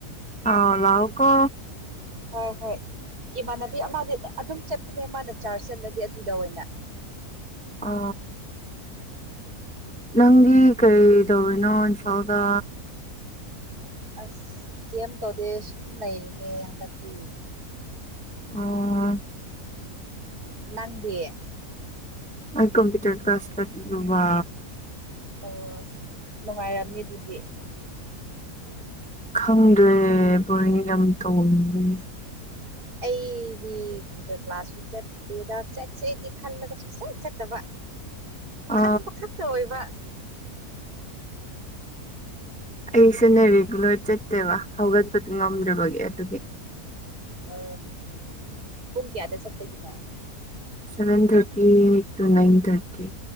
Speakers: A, in the centre; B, on the right.
A: ꯑ ꯂꯥꯎꯀꯣ꯫
B: ꯍꯣꯏ ꯍꯣꯏ ꯏꯃꯥꯟꯅꯕꯤ ꯑꯃꯗꯤ ꯑꯗꯨꯝ ꯆꯠꯄꯅꯦ ꯃꯥꯅ ꯆꯥꯔꯖ ꯆꯠꯂꯗꯤ ꯑꯗꯨꯗ ꯑꯣꯏꯅ꯫
A: ꯑ꯫ ꯅꯪꯗꯤ ꯀꯩ ꯇꯧꯔꯤꯅꯣ ꯏꯝꯐꯥꯜꯗ꯫
B: ꯑꯁ ꯀꯩꯝ ꯇꯧꯗꯦ ꯁꯨꯝ ꯂꯩꯔꯤꯅꯦ ꯍꯟꯗꯛꯇꯤ꯫
A: ꯑꯣ꯫
B: ꯅꯟꯗꯤ꯫
A: ꯑ ꯀꯝꯄꯨꯇꯔ ꯀ꯭ꯂꯥꯁ ꯆꯠꯇꯨꯕ꯫
B: ꯑꯣꯁ ꯅꯨꯡꯉꯥꯏꯔꯝꯅꯤ ꯑꯗꯨꯗꯤ꯫
A: ꯈꯪꯗ꯭ꯔꯦ ꯕꯣꯔꯤꯡ ꯌꯥꯝ ꯇꯣꯡꯉꯤ꯫
B: ꯑꯩꯗꯤ ꯀꯝꯄ꯭ꯌꯨꯇꯔ ꯀ꯭ꯂꯥꯁꯁꯨ ꯆꯠꯇꯦꯗ ꯆꯠꯆꯩꯗꯤ ꯈꯜꯂꯒ ꯁꯨ ꯆꯠ ꯆꯠꯇꯕ꯫
A: ꯑ
B: ꯈꯟꯕ ꯈꯛꯇ ꯑꯣꯏꯕ꯫
A: ꯑꯩꯁꯨꯅ ꯔꯤꯒꯨꯂꯔ ꯆꯠꯇꯦꯕ ꯍꯧꯒꯠꯄꯗꯤ ꯉꯝꯗ꯭ꯔꯕꯒꯤ ꯑꯗꯨꯒꯤ꯫
B: ꯑ ꯄꯨꯡ ꯀꯌꯥꯗ ꯆꯠꯄꯒꯤꯅꯣ꯫
A: Seven thirty to nine thirty.